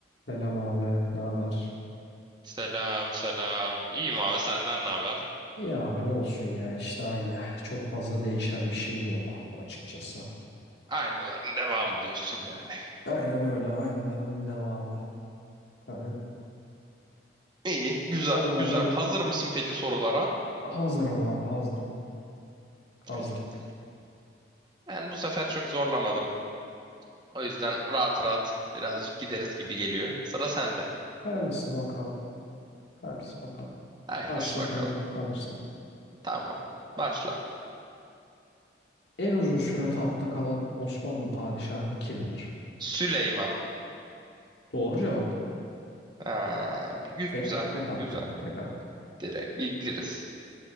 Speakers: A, on the left; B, on the right.
A: Selam abi, ne haber?
B: Selam selam. İyiyim abi senden ne haber?
A: Ya abi ne olsun ya işte aynı. Çok fazla değişen bir şey yok açıkçası.
B: Aynıların devamı diyorsun yani.
A: Aynen öyle aynılarının devamı. Hani
B: İyi, güzel,
A: o zaman
B: güzel. Hazır mısın peki sorulara?
A: hazırım abi hazırım. Hazırım.
B: İyi, iyi, Ben bu sefer çok zorlamadım. O yüzden rahat rahat birazcık gideriz gibi geliyor. Sıra sende.
A: Hayırlısı bakalım. Hayırlısı bakalım.
B: Hayırlısı
A: Başlatıyorum
B: bakalım.
A: hazırsan.
B: Tamam. Başla.
A: En uzun süre tahtta kalan Osmanlı padişahı kimdir?
B: Süleyman.
A: Doğru cevap.
B: Ha,
A: Tek,
B: güzel,
A: tek attı.
B: güzel.
A: Tek attı.
B: Direkt biliriz.